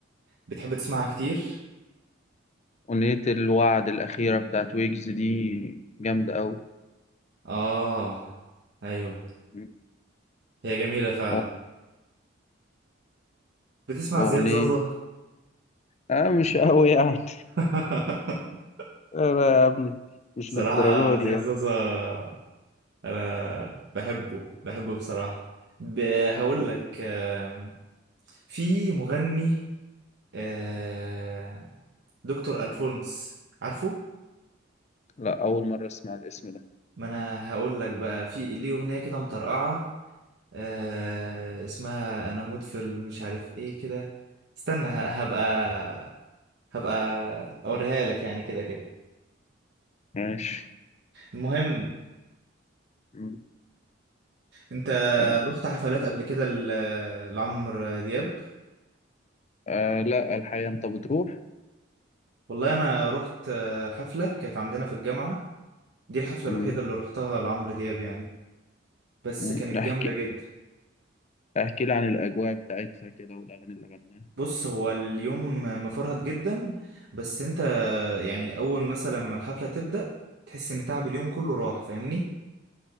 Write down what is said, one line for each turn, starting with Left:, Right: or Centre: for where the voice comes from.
Right: بتحب تسمعها كتير؟
Left: أغنية الوعد الأخيرة بتاعت ويجز دي جامدة أوي
Right: آه أيوه
Left: م.
Right: هي جميلة فعلا
Left: و-
Right: بتسمع
Left: وأغنية
Right: زياد زازا
Left: آه مش أوي يعني
Right: <laughs>
Left: لا لا يا عم مش
Right: صراحة
Left: للدرجة
Right: زياد
Left: دي يعني
Right: زازا أنا بحبه بحبه بصراحة ب... هقول
Left: م.
Right: لك آم، في مغني آه، دكتور أنفونس عارفه؟
Left: لا أول مرة أسمع الاسم ده
Right: ما أنا هقول لك بقى في ليه أغنية كده مطرقعة آه، اسمها أنا أموت في ال- مش عارف إيه كده استنى ه- هبقى هبقى أوريها لك يعني كده كده
Left: ماشي
Right: المهم
Left: م.
Right: انت
Left: آه.
Right: رحت حفلات قبل كده ل- لعمرو دياب
Left: آه لا الحقيقة أنت بتروح
Right: والله انا رحت آه، حفلة كانت عندنا في الجامعة دي الحفلة
Left: مم.
Right: الوحيدة اللي رحتها لعمرو دياب يعني بس
Left: مم.
Right: كانت
Left: احكي
Right: جامدة جدا
Left: احكي لي عن الأجواء بتاعتها كده والأغاني اللي غناها
Right: بص هو اليوم مفرهد جدا بس انت يعني اول مثلا ما الحفلة تبدأ تحس ان تعب اليوم كله راح فاهمني